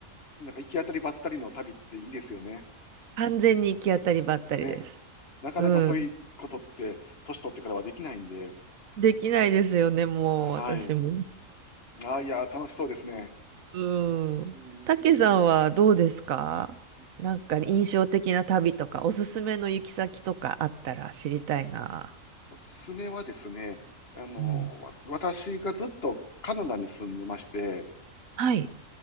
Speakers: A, on the left (about 50°); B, on the right (about 85°).
A: なんか行き当たりばったりの旅っていいですよね。
B: 完全に行き当たりばったりです。
A: ね、なかなかそういうことって、
B: うん。
A: 年取ってからはできないんで、
B: できないですよね、もう、
A: はい、
B: 私も。
A: あー、いやー、楽しそうですね。
B: うん。
A: うん、
B: たけさんはどうですかなんか印象的な旅とか、おすすめの行き先とかあったら知りたいな。
A: おすすめはですね、あの、
B: うん。
A: わ私がずっとカナダに住んでまして、
B: はい。